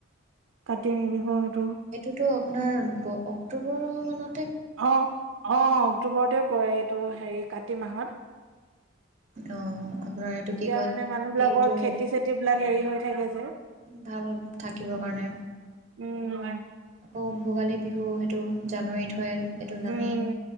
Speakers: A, on the right; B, on the right.
A: কাতি বিহু সেইটো
B: এইটোতো আপোনাৰ অক্টোবৰ মানত
A: অ', অ', অক্টোবৰতে পৰে <unintelligible> হেৰি কাতি মাহত
B: অ, আপোনাৰ এইটো
A: তেতিয়া
B: কি কয়
A: মানে মানুহ
B: সেইটো
A: বিলাকৰ খেতি চেতি বিলাক হেৰি হয় <inaudible>
B: ভাল থাকিব কাৰণে,
A: উম
B: আকৌ ভোগালী বিহু টো, জানুৱাৰীত হয় সেইটো জানেই
A: উম